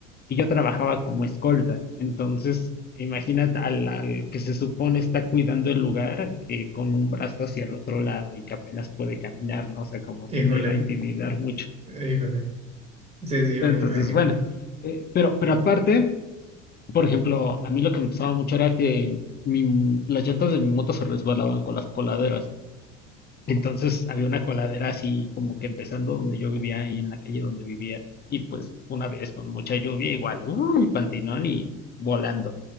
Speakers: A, on the left; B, on the right.
A: y yo trabajaba como escolta. Entonces, imagínate al, al que se supone está cuidando el lugar, que con un brazo hacia el otro lado y que apenas puede caminar, ¿no? O sea, como
B: Híjole.
A: que no iba a intimidar mucho.
B: Híjole. Sí, sí,
A: Entonces,
B: me imagino.
A: bueno, eh, pero, pero aparte, por ejemplo, a mí lo que me pasaba mucho era que mi- las llantas de mi moto se resbalaban con las coladeras. Entonces había una coladera así como que empezando donde yo vivía, ahí en la calle donde vivía. Y pues una vez con mucha lluvia, igual, uy, pantinón y volando.